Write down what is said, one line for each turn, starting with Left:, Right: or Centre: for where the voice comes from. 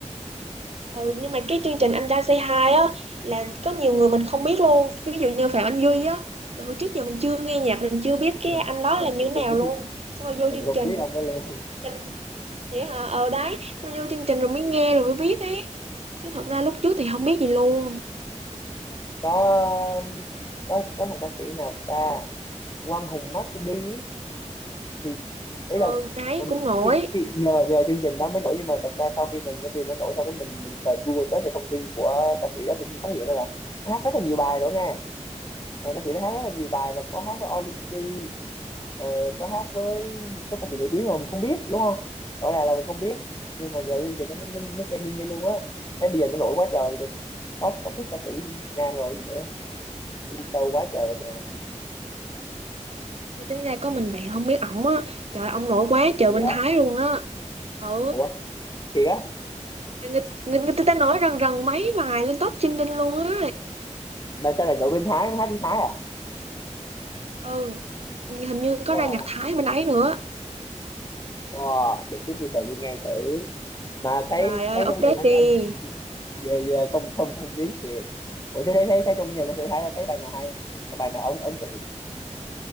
Right: Ừ, nhưng mà cái chương trình Anh Trai Say Hi á là có nhiều người mình không biết luôn ví dụ như Phạm Anh Duy á là hồi trước giờ mình chưa nghe nhạc mình chưa biết
Left: <laughs> mình
Right: cái anh đó
Left: mình
Right: là như
Left: cũng
Right: thế nào
Left: không biết
Right: luôn xong rồi vô
Left: mình
Right: chương
Left: không
Right: trình
Left: biết ông đó luôn
Right: chương trình vậy hả ờ đấy xong rồi vô chương trình rồi mới nghe rồi mới biết ấy chứ thật ra lúc trước
Left: Ừ.
Right: thì không biết gì luôn
Left: có có có thằng ca sĩ nào ta Quang Hùng Master D ấy, thì ý
Right: ừ
Left: là
Right: đấy
Left: mình
Right: cũng nổi
Left: khi khi nhờ nhờ chương trình đó mới nổi nhưng mà thật ra sau khi mình nó chưa nó nổi sau cái mình mình search Google search về thông tin của ca sĩ đó thì mình phát hiện ra là nó hát rất là nhiều bài rồi nghe Ờ, ca sĩ đó hát rất là nhiều bài mà có hát với Odyssey rồi có hát với một số ca sĩ nổi tiếng rồi mình không biết đúng không rõ ràng là mình không biết nhưng mà nhờ chương trình nó mới mới, mới trending lên luôn á thế bây giờ nó nổi quá trời rồi top top hit ca sĩ nam rồi gì nữa đi show quá trời mà
Right: Thì tính ra có mình bạn không biết ổng á trời ơi, ông nổi quá
Left: ủa
Right: trời
Left: dạ
Right: bên Thái luôn á ừ
Left: ủa thiệt á
Right: người, người, người ta nói rần rần mấy bài lên top trending luôn á
Left: bạn sao lại nổi bên Thái hát tiếng Thái à
Right: ừ hình như có
Left: wow
Right: ra nhạc Thái bên ấy nữa
Left: Wow, để chút tôi tự tôi nghe thử. Mà thấy
Right: Trời ơi
Left: thấy trong
Right: update
Left: gia đình anh
Right: đi
Left: anh về, về không không không biết thì Ủa thế thấy thấy thấy trong gia đình anh thấy thấy bài nào hay? Có bài nào ấn ấn tượng?